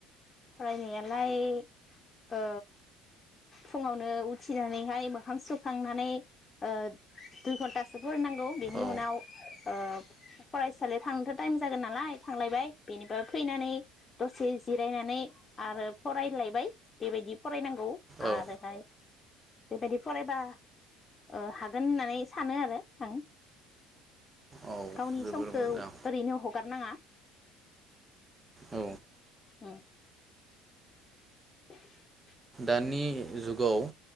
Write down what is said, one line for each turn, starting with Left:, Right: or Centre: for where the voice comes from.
Left: फरायनायालाय ओ फुङावनो उथिनानैहाय मोखां सुखांनानै ओ दुइ घन्टासो फरायनांगौ बेनि
Right: औ
Left: उनाव ओ फरायसालियाव थांनोथ टाइम जागोन नालाय थांलायबाय। बेनिफ्राय फैनानै दसे जिरायनानै आरो फरायलायबाय बेबायदि फरायनांगौ। गौ
Right: औ
Left: आरोहाय। बेबायदि फरायबा ओ हागोन होननानै सानो आरो आं।
Right: औ
Left: गावनि
Right: जोबोर
Left: समखौ
Right: मोजां
Left: ओरैनो हगारनाङा।
Right: औ
Left: उम। <inaudible>
Right: दानि जुगाव।